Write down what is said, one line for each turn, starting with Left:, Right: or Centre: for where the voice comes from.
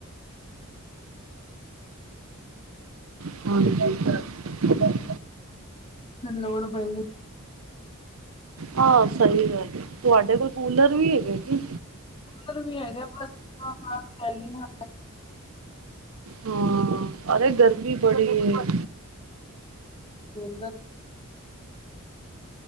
Right: ਹਾਜੀ।
Left: ਲੋੜ ਹੋਏਗੀ।
Right: ਆਹੋ ਸਹੀ ਗੱਲ ਹੈ ਤੁਹਾਡੇ ਕੋਲ ਕੂਲਰ ਵੀ ਹੈਗੇ ਕੀ।
Left: ਕੂਲਰ ਵੀ ਹੈਗਾ ਬਸ ਪੈਗੀ ਨਾ
Right: ਹਾਂ ਅਰੇ ਗਰਮੀ ਬੜੀ ਹੈ।
Left: ਹੁਣਾ।